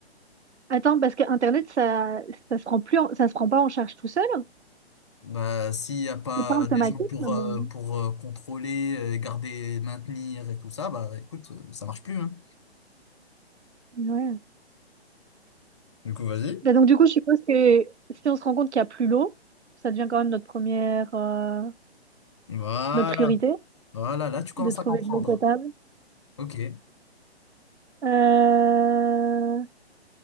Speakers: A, on the right; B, on the left.
A: Attends, parce que Internet, ça, ça se prend plus en- ça se prend pas en charge tout seul.
B: Bah, s'il n'y a pas
A: C'est pas automatique
B: des gens pour,
A: maintenant.
B: euh, pour euh, contrôler, euh, garder, maintenir et tout ça, bah écoute, euh, ça marche plus, hein.
A: Ouais.
B: Du coup, vas-y.
A: Bah, donc du coup, je suppose que si on se rend compte qu'il n'y a plus l'eau, ça devient quand même notre première, euh,
B: Voilà.
A: notre priorité
B: Voilà, là, tu commences
A: de trouver
B: à comprendre.
A: de l'eau potable.
B: Ok.
A: Euh,